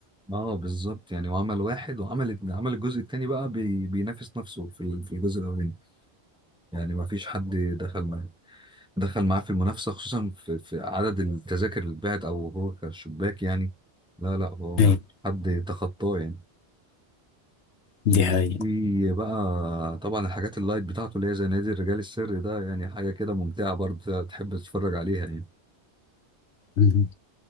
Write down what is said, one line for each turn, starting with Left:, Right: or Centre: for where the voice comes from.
Centre: اه بالظبط يعني وعمل واحد وعمل عمل الجزء التاني بقى بي... بينافس نفسه في ال- في الجزء الاولاني يعني ما فيش حد دخل معاه دخل معاه في المنافسة خصوصا في, في عدد التذاكر اللي اتباعت أو هو كشباك يعني لا لا هو
Left: <laughs>
Centre: ما في حد تخطاه يعني
Left: دي
Centre: وفي
Left: حقيقة
Centre: بقى طبعا الحاجات اللايت بتاعته اللي هي زي نادي الرجال السري ده يعني حاجة كده ممتعة برضه تحب تتفرج عليها يعني
Left: مهم.